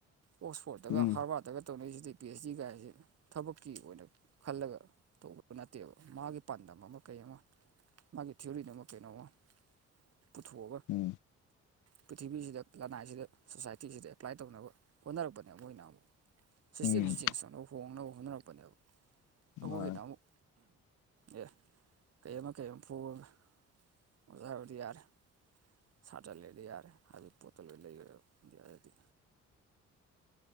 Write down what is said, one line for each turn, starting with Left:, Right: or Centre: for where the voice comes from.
Right: ꯑꯣꯛꯁꯐꯣꯔꯗꯠꯇꯒ
Left: ꯎꯝ
Right: ꯍꯥꯔꯕꯥꯔꯗꯒ ꯇꯧꯅꯩꯁꯤꯗꯤ ꯄꯤ ꯑꯦꯁ ꯗꯤ ꯀꯥꯏꯁꯦ ꯊꯕꯛꯀꯤ ꯑꯣꯏꯅ ꯈꯜꯂꯒ ꯇꯧꯕꯗꯨ ꯅꯠꯇꯦꯕ ꯃꯥꯒꯤ ꯄꯥꯟꯗꯝ ꯑꯃ ꯀꯩ ꯑꯃ ꯃꯥꯒꯤ ꯊꯤꯑꯣꯔꯤꯗ ꯑꯃ ꯀꯩꯅꯣꯝꯃ ꯄꯨꯊꯣꯛꯑꯒ
Left: ꯎꯝ
Right: ꯄ꯭ꯔꯤꯊꯤꯕꯤꯁꯤꯗ ꯂꯅꯥꯏꯁꯤꯗ ꯁꯣꯁꯥꯏꯇꯤꯁꯤꯗ ꯑꯦꯄ꯭ꯂꯥꯏ ꯇꯧꯅꯕ ꯍꯣꯠꯅꯔꯛꯄꯅꯦ ꯃꯣꯏꯅ ꯑꯃꯨꯛ ꯁꯤꯁꯇꯦꯝꯁꯤ
Left: ꯎꯝ
Right: ꯆꯦꯟꯖ ꯑꯅꯧ ꯍꯣꯡꯅꯕ ꯍꯣꯠꯅꯔꯛꯄꯅꯦꯕ ꯑꯩꯈꯣꯏꯒꯤꯅ
Left: ꯃꯥꯅꯦ
Right: ꯑꯃꯨꯛ ꯑꯦ ꯀꯩ ꯑꯃ ꯀꯩ ꯑꯃ ꯐꯣꯡꯉꯒ ꯑꯣꯖꯥ ꯍꯥꯏꯕꯗꯤ ꯌꯥꯔꯦ ꯁꯥꯇꯔꯥ ꯂꯩꯔꯗꯤ ꯌꯥꯔꯦ ꯍꯥꯏꯕꯗꯤ ꯄꯣꯠꯇꯣ ꯂꯣꯏ ꯂꯩꯒꯔꯦꯕ ꯍꯥꯏꯗꯤ